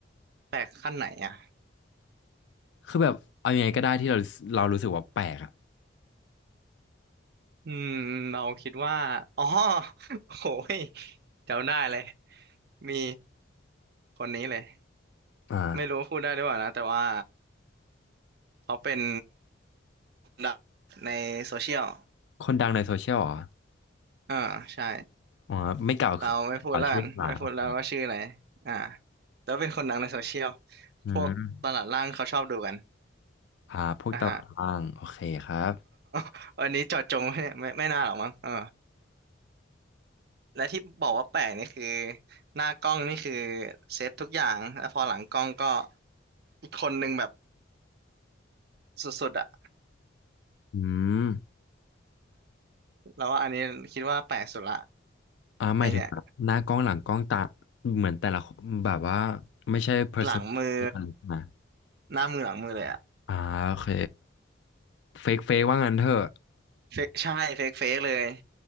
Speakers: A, on the right; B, on the left.
A: แปลกขั้นไหนอ่ะ
B: คือแบบเอายังไงก็ได้ที่เราเรารู้สึกว่าแปลกอะ
A: อืมเราคิดว่าอ๋อโหยจำได้เลย มีคนนี้เลย
B: อ่า
A: ไม่รู้ว่าพูดได้หรือเปล่านะ แต่ว่าเขาเป็นดังในโซเชียล
B: คนดังในโซเชียลเหรอ
A: อ่าใช่
B: อ๋อไม่กล่าว
A: เราไม่พูดแล้วกัน
B: กล่าวชื่อมาโอเค
A: ไม่พูดแล้วว่าชื่ออะไร อ่าแต่ว่าเป็นคนดังในโซเชียล
B: อืม
A: พวกตลาดล่างเขาชอบดูกัน
B: อ่าพวกตารางโอเคครับ
A: นะฮะ <laughs> วันนี้เจาะจงไม่ไม่ไม่น่าหรอกมั้งเออ และที่บอกว่าแปลกนี่คือหน้ากล้องนี่คือเซตทุกอย่างแล้วพอหลังกล้องก็อีกคนนึงแบบสุดๆอะ
B: อืม
A: แล้วว่าอันนี้คิดว่าแปลกสุดละ
B: อ่าหมายถึงแบบหน้ากล้องหลังกล้องตา
A: ไอเนี่ย
B: เหมือนแต่ละคนแบบว่าไม่ใช่ person
A: หลังมือ
B: เดียวกันเลยใช่ไหม
A: หน้ามือหลังมือเลยอะ
B: อ่าโอเคเฟกเฟกว่างั้นเถอะ
A: เฟกใช่เฟกเฟกเลย